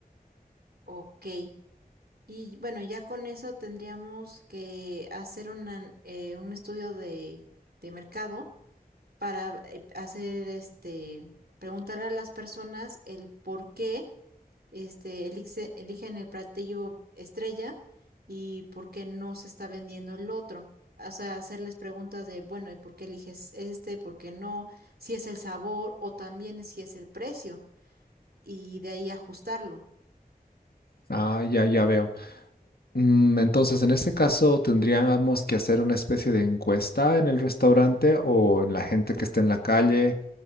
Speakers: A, on the right; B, on the left.
A: Ok. Y bueno, ya con eso tendríamos que hacer una- eh, un estudio de de mercado para eh, hacer este, preguntarle a las personas el por qué este, elixe- eligen el platillo estrella y por qué no se está vendiendo el otro. O sea, hacerles preguntas de, bueno, ¿y por qué eliges este? ¿Por qué no? Si es el sabor o también si es el precio y de ahí ajustarlo.
B: Ah, ya, ya veo. Mm, Entonces, en este caso, ¿tendríamos que hacer una especie de encuesta en el restaurante o en la gente que esté en la calle?